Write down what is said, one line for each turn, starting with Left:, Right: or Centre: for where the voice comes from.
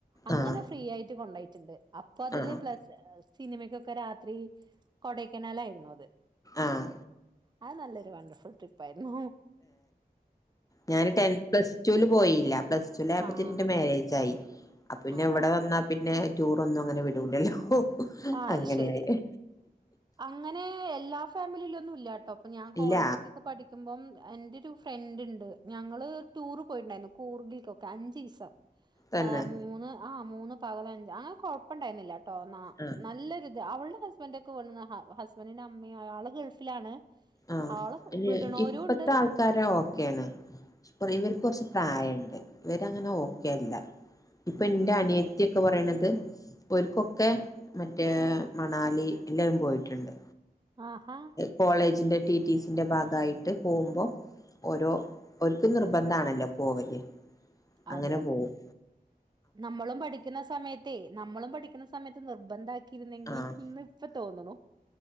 Right: അങ്ങനെ
Left: ആഹ്
Right: ഫ്രീ ആയിട്ട് കൊണ്ടയിട്ടുണ്ട് അപ്പൊ അതില്
Left: ആഹ്
Right: പ്ല സിനിമക്കൊക്കെ രാത്രി കൊടയ്ക്കനാല ആയിരുന്നു അത്
Left: ആഹ്
Right: അത് നല്ലൊരു വണ്ടർഫുൾ ട്രിപ്പയിരുന്നു
Left: ഞാാന് ടെ പ്ലസ് ൂൽ പോയില്ല പ്ലസ് ൂൽ ആയ്പത്തേ
Right: ആഹ്
Left: എന്റെ മാര്ാരേജ ആായി അ പിന്നെ
Right: ആണോ
Left: എവിടെ വന്നാ പിന്നെ ടൂർ ഒന്നും അങ്ങനെ വിടൂലല്ലോ
Right: ആഹ
Left: അങ്ങനെയായി
Right: ശരിയാ അങ്ങനെ എല്ലാ ഫാമിലിയില ഒന്നും ഇല്ലട്ടോ അപ്പൊ ഞാൻ കോളേജിക്കൊക്കെ
Left: ഇല്ല
Right: പഠിക്കുമ്പോം എ് ഒരു ഫ്രണ്ട് ഉണ്ട് ഞങ്ങള് ടൂർ പോയിണ്ടായിരുന്നു കൂർഗിലക്കൊക്കെ അഞ്ചു ദിവസം
Left: തന്നെ
Right: ആ് മൂന്ന് ആഹ് മൂന്ന് പകല അഞ്ച് അങ്ങനെ കൊഴപ്പണ്ടായിരുന്നില്ല ട്ടോ എന്നാ
Left: ആഹ്
Right: നല്ലൊരിത് അവളുടെ ഹസ്ബൻഡ ഒക്കെ വ ഹസ്ബന്ഡറിന്റെ അമ്മയും ആള് ഗൾഫിലാണ്
Left: ആഹ
Right: ആള് വിടണോരും
Left: അ ഇപ്പത്തെ
Right: ഉണ്ട്
Left: ആൾക്കാര ഓക്കെയ ആാണ് റ ഇവർക്ക് കുറച്ച് പ്രായുണ്ട് ഇവരങ്ങനെ ഓക്കെല്ല ഇപ്പൊ
Right: ഉം
Left: എന്റെ അനിയത്തി ഒക്കെ പറയണ ഒരുക്കൊക്കെ മറ്റേ മണാലി എല്ലരും പോയിട്ടുണ്ട്
Right: ആഹാ
Left: കോളേജിന്റെ ടിറ്റീസിന്റെ ഭാഗമായിട്ട് പോകുമ്പോൾ ഓരോ ഒരിക്കും നിർബന്ധ ആണല്ലോ പോവല് അങ്ങനെ
Right: അതെ
Left: പോകവും
Right: നമ്മളും പഠിക്കുന്ന സമയത്തേ നമ്മളും പഠിക്കുന്ന സമയത്ത് നിർബന്ധി രുന്നെങ്കിൽ
Left: ആഹ്
Right: ഇന്ന് ഇപ്പ തോന്നണ